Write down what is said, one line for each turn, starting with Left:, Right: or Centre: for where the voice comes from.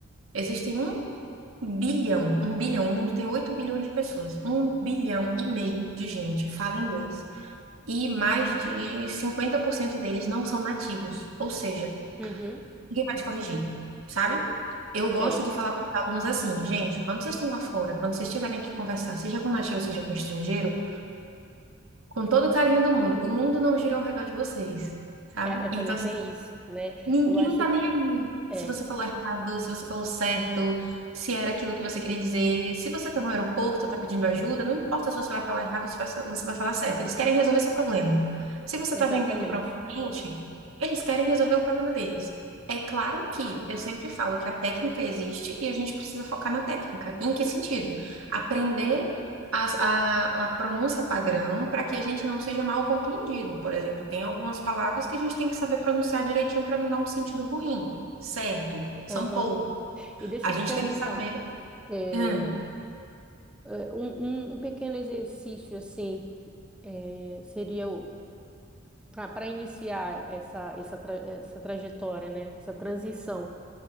Right: existem um bilhão, um bilhão, o mundo tem 8 bilhões de pessoas, um bilhão e meio de gente fala inglês. E mais de 50% deles não são nativos, ou seja,
Centre: Uhum,
Right: Ninguém vai te corrigir, sabe? Eu
Centre: sei.
Right: gosto de falar para os alunos assim, gente, quando vocês estão lá fora, quando vocês tiverem que conversar, seja com nativo, seja com estrangeiro, com todo o carinho do mundo, o mundo não gira ao redor de vocês, sabe?
Centre: É, é, também
Right: Então, assim,
Centre: tem isso, né?
Right: Ninguém
Centre: Eu acho
Right: tá
Centre: que
Right: nem aí.
Centre: é,
Right: Se você falou errado, se você falou certo, se era aquilo que você queria dizer, se você tá no aeroporto, tá pedindo ajuda, não importa se você vai falar errado ou se vai- você vai falar certo. Eles querem resolver seu problema. Se você
Centre: exatamente.
Right: tá vendendo para um cliente, eles querem resolver o problema deles. É claro que eu sempre falo que a técnica existe e a gente precisa focar na técnica. Em que sentido? Aprender a, a, a pronúncia padrão para que a gente não seja mal compreendido. Por exemplo, tem algumas palavras que a gente tem que saber pronunciar direitinho para não dar um sentido ruim, certo? São
Centre: Aham.
Right: poucas.
Centre: E deixa
Right: A gente
Centre: eu te perguntar,
Right: tem que saber.
Centre: é,
Right: Hum.
Centre: é, um, um- um pequeno exercício assim é, seria para iniciar essa, essa, tra- essa trajetória, né? Essa transição